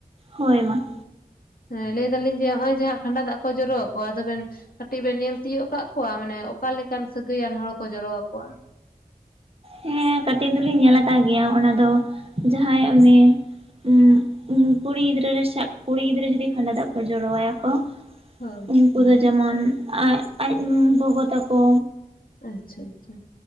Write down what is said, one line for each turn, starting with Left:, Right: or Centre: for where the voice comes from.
Right: ᱦᱚᱭ ᱢᱟ᱾
Left: ᱦᱮᱸ ᱞᱟᱹᱭ ᱫᱟᱞᱤᱧ ᱡᱮ ᱦᱚᱸᱜᱼᱚᱭ ᱡᱮ ᱡᱟᱦᱟᱸ ᱠᱷᱟᱸᱰᱟ ᱫᱟᱜᱽ ᱠᱚ ᱡᱚᱨᱚ ᱠᱚᱣᱟ ᱟᱫᱚᱵᱮᱱ ᱠᱟᱹᱴᱤᱜ ᱵᱮᱱ ᱧᱮᱞ ᱛᱤᱭᱟᱹᱜ ᱟᱠᱟᱜ ᱠᱚᱣᱟ ᱢᱟᱱᱮ ᱚᱠᱟᱞᱮᱠᱟᱱ ᱥᱟᱹᱜᱟᱹᱭᱟᱱ ᱦᱚᱲ ᱠᱚ ᱡᱚᱨᱚᱣᱟᱠᱚᱣᱟ?
Right: ᱦᱮᱸ ᱠᱟᱹᱴᱤᱜ ᱫᱩᱞᱤᱧ ᱧᱮᱞᱟᱠᱟᱜ ᱜᱮᱭᱟ ᱚᱱᱟ ᱫᱚ ᱡᱟᱦᱟᱸᱭ ᱩᱱᱤ ᱩᱸ ᱩᱸ ᱠᱩᱲᱤ ᱜᱤᱫᱽᱨᱟᱹ ᱨᱮ ᱥᱟᱜ ᱠᱩᱲᱤ ᱜᱤᱫᱽᱨᱟᱹ ᱡᱩᱫᱤ ᱠᱷᱟᱸᱰᱟ ᱫᱟᱜᱽ ᱠᱚ ᱡᱚᱨᱚᱣᱟᱭᱟ ᱠᱚ᱾
Left: ᱦᱚᱭ,
Right: ᱩᱱᱠᱩ ᱫᱚ ᱡᱮᱢᱚᱱ ᱟᱡᱽ ᱟᱡᱽ ᱜᱚᱜᱚ ᱛᱟᱠᱚ
Left: ᱟᱪᱪᱷᱟ ᱟᱪᱪᱷᱟ᱾